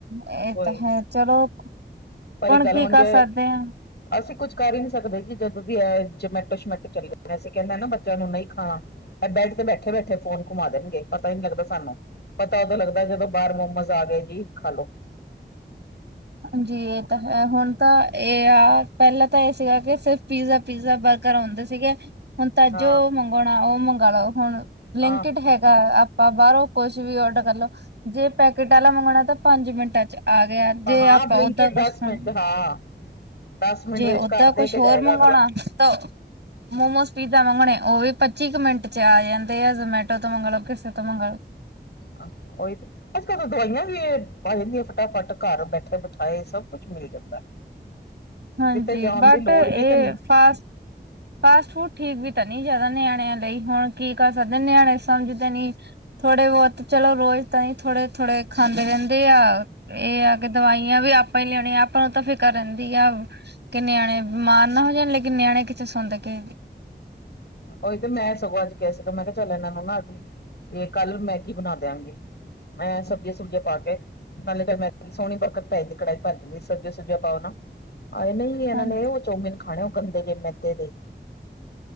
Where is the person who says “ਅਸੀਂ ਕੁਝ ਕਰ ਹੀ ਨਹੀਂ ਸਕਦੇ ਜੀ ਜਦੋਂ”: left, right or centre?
Left